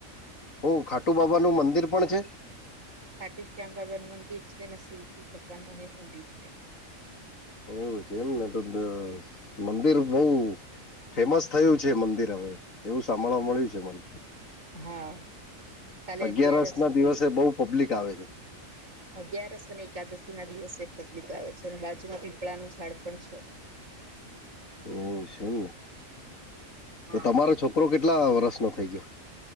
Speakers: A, on the left; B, on the right.
A: હ ખાટુ બાબાનુંું મંદિર પણ છે
B: ખાટી શ્યામ બાબા નું મંદિર છે અને શિવજી ભગવાન નું એ મંદિર છે
A: એવું છે એમને તો મંદિર બહ ફેમસ થયું છે મંદિર હવે એવું સાંભળવા મળ્યું છે મને
B: હા કાલે
A: અગિયારસ ના
B: હતી
A: દિવસે બહ પબ્લિક આવે છે
B: અગિયારસ અને એકાદશી ના દિવસે પબ્લિક આવે છે અને બાજુમાં પીપળાનું ઝાડ પણ છે
A: એવું છે એમને
B: હા
A: તો તમારો
B: હા
A: છોકરો કેટલા વર્ષ નો થઈ ગયો